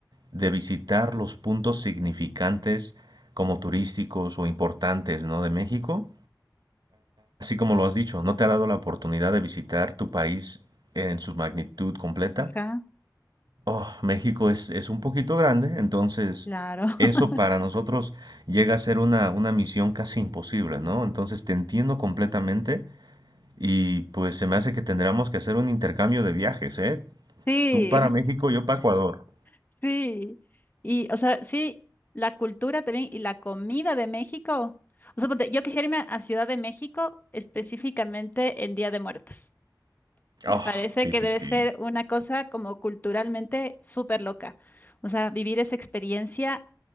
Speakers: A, on the right (about 75°); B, on the left (about 25°).
A: de visitar los puntos significantes como turísticos o importantes, ¿no? de México Así como lo has dicho, ¿no te ha dado la oportunidad de visitar tu país en su magnitud completa?
B: Ajá,
A: Oh, México es, es un poquito grande, entonces
B: claro.
A: eso
B: <laughs>
A: para nosotros llega a ser una, una misión casi imposible, ¿no? Entonces te entiendo completamente y pues se me hace que tendremos que hacer un intercambio de viajes, ¿eh?
B: Sí,
A: Tú para México, yo para Ecuador. <laughs>
B: <laughs> sí. Y, o sea, sí, la cultura también y la comida de México. O sea, ponte, yo quisiera irme a Ciudad de México específicamente en Día de Muertos. Me
A: Oh,
B: parece
A: sí,
B: que
A: sí,
B: debe
A: sí.
B: ser una cosa como culturalmente súper loca. O sea, vivir esa experiencia